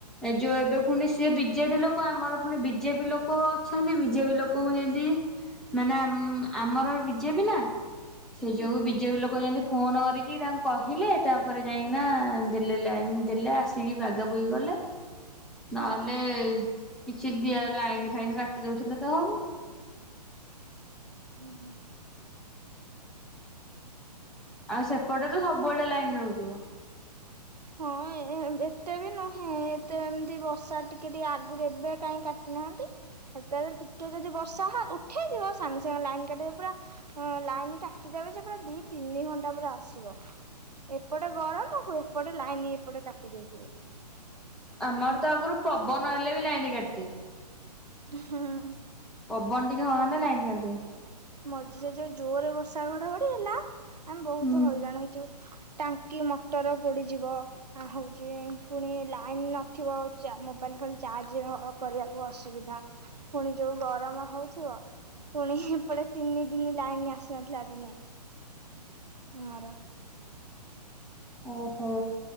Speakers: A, in the centre; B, on the right.
A: ଏ ଯୋଉ ଏବେ ପୁଣି ସେ ବିଜେଡି ଲୋକ ଆମର ପୁଣି ବିଜେପି ଲୋକ ଅଛନ୍ତି ବିଜେପି ଲୋକଙ୍କୁ ଯେମତି ମାନେ ଆମ ଆମର ବିଜେପି ନା ସେ ଯୋଗୁ
B: ହୁଁ
A: ବିଜେପି ଲୋକ ଯେମତି ଫୋନ୍ କରିକି ତାଙ୍କୁ କହିଲେ ତାପରେ ଯାଇକିନା ଦେଲେ ଲାଇନ ଦେଲେ ଆସିକି ବାଗାବଗି କଲେ।
B: ହୁଁ।
A: ନହେଲେ କିଛି ଦିଆ ଲାଇନ ଫାଇନ୍ କାଟି ଦଉଥିଲା ତ ଆଉ
B: ହୁଁ ହୁଁ
A: ଆଉ ସେପଟେ ତ ସବୁବେଡେ ଲାଇନ ରହୁଥିବ।
B: ହଁ ଏ ଏତେ ବି ନୁହେଁ ଏତେ ଏମତି ବର୍ଷା ଟିକେ ଟିକେ ଆଗରୁ ଏବେ କାହିଁ କାଟି ନାହାନ୍ତି। ହେତେବେଳେ ଟିକେ ଯଦି ବର୍ଷା ହ ଉଠେଇଯିବ ସାଙ୍ଗେ ସାଙ୍ଗେ ଲାଇନ୍ କାଟିଦେ ପୁରା ଅ ଲାଇନ୍ କାଟିଦେ ତେଣୁ ସେ ପୁରା ଦି ତିନି ଘଣ୍ଟା ପରେ ଆସିବ। ଏପଟେ ଗରମ ହୁଏ ଏପଟେ ଲାଇନ୍ ଏପଟେ କାଟି ଦଉଥିବେ।
A: ଆମର ତ ଆଗରୁ ପବନ ହେଲେ ବି ଲାଇନ କାଟିଦେବେ।
B: ହୁଁ ଅ
A: ପବନ ଟିକେ ହବନା ଲାଇନ୍ କାଟି ଦେବେ।
B: ମଝିରେ ଯୋଉ ଜୋରରେ ବର୍ଷା ଘଡଘଡି ହେଲା ଆମେ ବହୁତ
A: ହୁଁ
B: ହଇରାଣ ହେଇଛୁ ଟା କି ମଟର ପୋଡିଯିବ ହଉଛି ପୁଣି ଲାଇନ୍ ନଥିବ ଚା ମୋବାଇଲ୍ ଫୋବାଇଲ୍ ଚା ଆଜିର ଅ କରିବାକୁ ଅସୁବିଧା ପୁଣି ଯୋଉ ଗରମ ହଉଥିବ। ପୁଣି ହେପଟେ ତିନି ଦିନ ଲାଇନ୍ ଆସି ନଥିଲା ଦିନେ ଆମର
A: ଓହୋ